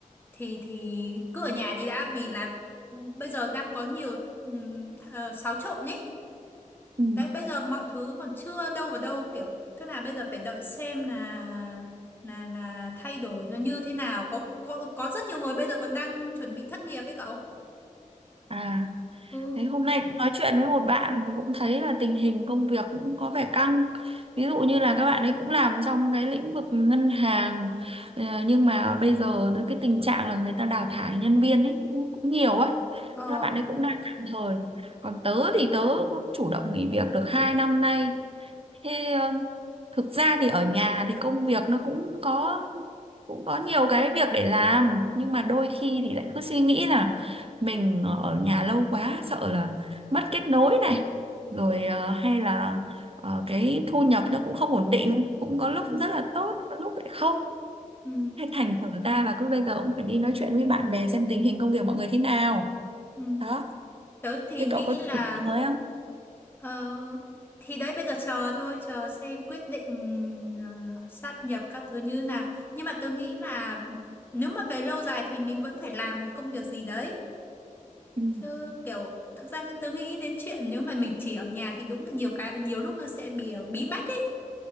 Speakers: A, on the left (about 15°); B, on the right (about 45°).
A: thì thì cứ ở nhà đi đã vì là ừ, bây giờ đang có nhiều um, xáo trộn ấy
B: Ừ.
A: Đấy, bây giờ mọi thứ còn chưa đâu vào đâu kiểu tức là bây giờ phải đợi xem là là là thay đổi nó như thế nào có có có rất nhiều người bây giờ còn đang chuẩn bị thất nghiệp ấy cậu
B: À.
A: ừ
B: Đấy, hôm nay cũng nói chuyện với một bạn thì cũng thấy là tình hình công việc cũng có vẻ căng. Ví dụ như là các bạn ấy cũng làm trong cái lĩnh vực ngân hàng ờ, nhưng mà bây giờ tới cái tình trạng là người ta đào thải nhân viên ấy cũng cũng nhiều á.
A: ờ
B: Thế là bạn ấy cũng đang tạm thời. Còn tớ thì tớ cũng chủ động nghỉ việc được 2 năm nay. Thế ờ, thực ra thì ở nhà thì công việc nó cũng có cũng có nhiều cái việc để làm nhưng mà đôi khi thì lại cứ suy nghĩ là mình ở nhà lâu quá sợ là mất kết nối này rồi ờ, hay là ờ, cái thu nhập nó cũng không ổn định cũng có lúc
A: ừ
B: rất là tốt có lúc lại không
A: ừ
B: hay thành thử ra là cứ bây giờ cũng phải đi nói chuyện với bạn bè xem tình hình công việc mọi người thế nào
A: ừ
B: đó
A: tớ thì
B: thế
A: nghĩ
B: cậu có
A: là
B: định gì mới không
A: ờ, thì đấy bây giờ chờ thôi chờ xem quyết định ờ, sát nhập các thứ như nào nhưng mà tớ nghĩ là ừ, nếu mà về lâu dài thì mình vẫn phải làm một công việc gì đấy
B: Ừ.
A: Chứ kiểu thực ra tớ nghĩ đến chuyện nếu mà mình chỉ ở nhà thì đúng là nhiều cái nhiều lúc nó sẽ bị ờ, bí bách ấy.